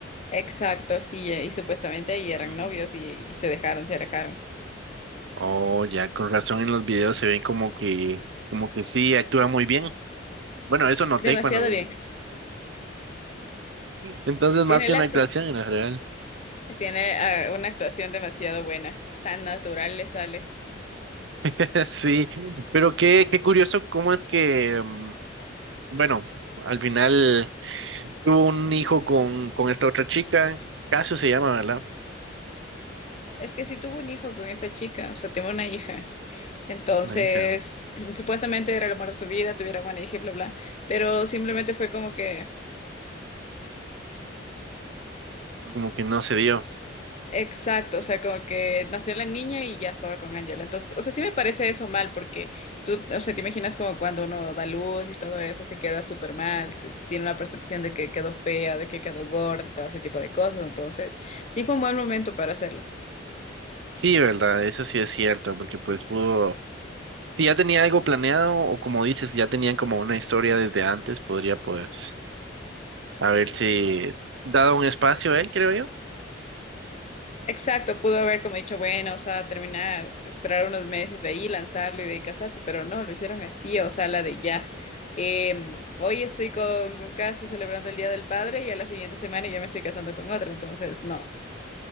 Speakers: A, on the left (about 35°); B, on the right (about 70°).
A: Exacto, y, y supuestamente ahí eran
B: Mm.
A: novios y, y se dejaron, se alejaron.
B: Oh, ya, con razón en los videos se ve como que, como que sí, actúa muy bien. Bueno, eso noté
A: Demasiado
B: cuando,
A: bien.
B: entonces
A: Tiene
B: más que
A: el
B: una
A: acto.
B: actuación en general.
A: Tiene ah, una actuación demasiado buena, tan natural le sale.
B: <laughs> Sí, pero qué, qué curioso cómo es que, mm, bueno, al final Tuvo un hijo con, con esta otra chica, Casio se llama, ¿verdad?
A: Es que sí tuvo un hijo con esa chica, o sea, tuvo una hija. Entonces,
B: Es una hija,
A: <clears throat> supuestamente era el amor de su vida, tuvieron una hija y bla, bla. Pero simplemente fue como que,
B: como que no se dio.
A: exacto, o sea, como que nació la niña y ya estaba con Angela. Entonces, o sea, sí me parece eso mal, porque tú, o sea, te imaginas como cuando uno da luz y todo eso se queda súper mal, t- tiene una percepción de que quedó fea, de que quedó gorda y todo ese tipo de cosas. Entonces, sí fue un buen momento para hacerlo.
B: Sí, ¿verdad? Eso sí es cierto, porque pues pudo, si ya tenía algo planeado o como dices, ya tenían como una historia desde antes, podría pues haberse dado un espacio a él, creo yo.
A: Exacto, pudo haber como dicho, bueno, o sea, terminar, esperar unos meses de ahí, lanzarlo y de ahí casarse, pero no, lo hicieron así, o sea, la de ya. Eh, hoy estoy con, con Caso celebrando el Día del Padre y a la siguiente semana ya me estoy casando con otra, entonces no. <laughs>